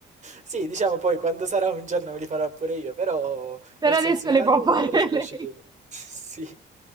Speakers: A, on the right; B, on the right.
A: Sì, diciamo poi quando sarà un giorno li farò pure io, però
B: Per
A: nel
B: adesso
A: senso intanto
B: le può fare
A: mia madre sono
B: <laughs> lei.
A: usciti <laughs> Sì,